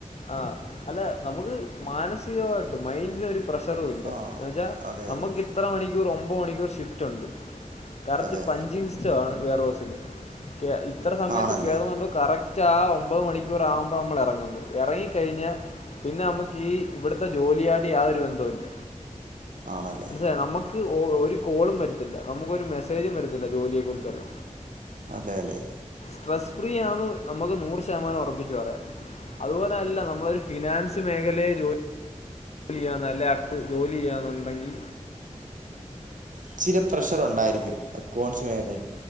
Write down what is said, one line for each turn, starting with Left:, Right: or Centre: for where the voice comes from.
Left: ആ അല്ല നമുക്ക് മാനസികമായിട്ട് മൈന്റിന് ഒര് പ്രഷറുല്ല
Right: ആ
Left: എന്തെച്ചാൽ
Right: അതെ
Left: നമുക്ക്
Right: അതെ
Left: ഇത്ര മണിക്കൂർ ഒമ്പത് മണിക്കൂർ ഷിഫ്റ്റ് ഉണ്ട് കറക്റ്റ്
Right: അതെ അതെ
Left: പഞ്ചിങ്ങ് സിസ്റ്റാണ് വെയറോസില് ഇത്ര സമയത്ത്
Right: ആണല്ലേ
Left: കയറുന്നുണ്ടോ കറക്റ്റ് ആ ഒമ്പത് മണിക്കൂർ ആകുമ്പോ നമ്മൾ എറങ്ങും ഇറങ്ങി കഴിഞ്ഞാ പിന്നെ നമ്മുക്ക് ഈ ഇവിടുത്തെ ജോലിയായിട്ട് യാതൊരു ബന്ധം ഇല്ല
Right: ആണല്ലേ
Left: മനസ്സിലായോ നമുക്ക് ഒരു കോളും വരത്തില്ല നമുക്കൊരു മെസ്സേജും വരത്തില്ല ജോലിയെ കുറിച്ചുള്ള
Right: അതേലേ
Left: സ്ട്രെസ്സ് ഫ്രീ ആണ് നമ്മക്ക് നൂറ് ശതമാനം ഉറപ്പിച്ച് പറയാം അതുപോല്ലല്ല നമ്മളൊരു ഫിനാൻസ് മേഖലയെ ജോലി ജോലി ചെയ്യാന്ന് ല്ലേ അ <unintelligible> ജോലി ചെയ്യന്നുണ്ടെങ്കി
Right: ഇച്ചിരി പ്രഷർ ഉണ്ടായിരിക്കും അക്കോണ്ട്സ് മേഖലയിൽ